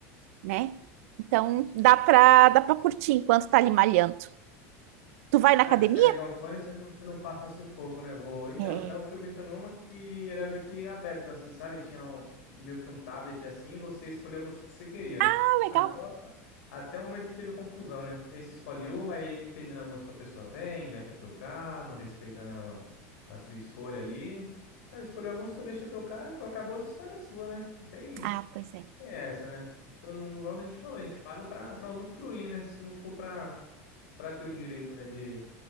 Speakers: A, on the right; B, on the left.
A: né? Então dá pra, dá pra curtir enquanto tá ali malhando. Tu vai na
B: Ah,
A: academia?
B: descarregar o fone, você não, você não passa sufoco, né? Vou... Então,
A: É.
B: eu tava frequentando uma que era meio que aberto, assim, sabe? Tinha um- meio que um tablet, assim, e você escolhia a música que você queria.
A: Ah, legal.
B: Até, até o momento que teve confusão, né? Porque aí você escolhe uma e nem termina a música, a pessoa vem, já quer trocar, não respeita, né, a sua escolha ali. Cara, escolheu a música, deixa tocar, depois acabou, você escolhe a sua, né? Não tem,
A: Ah, pois é.
B: tem essa, né? Todo mundo, igual a gente falou, a gente paga pra, pra usufruir, né? Se não for pra, pra ter o direito, né, de